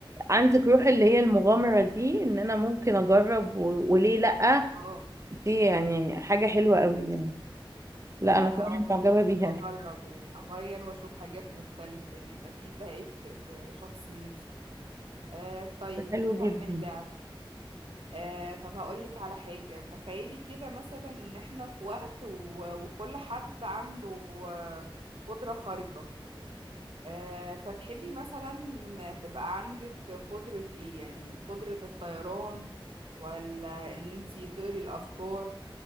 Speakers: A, on the right; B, on the right.
A: عندك روح اللي هي المغامرة دي ان انا ممكن اجرب و... وليه لأ
B: اه
A: دي يعني حاجة حلوة قوي يعني لا
B: لا
A: انا فعلا
B: اه
A: معجبة بيها
B: بحب اجرب يعني اغير واشوف حاجات مختلفة يعني اكيد ده هيفرق في شخصيتي آه طيب
A: حلو
B: نكمل
A: جدا
B: لعب آه طب هقولك على حاجة تخيلي كده مثلا ان احنا في وقت و... وكل حد عنده آه، قدرة خارقة آه فتحبي مثلا تبقى عندك قدرة ايه يعني قدرة الطيران ولا ان انتي تقري الافكار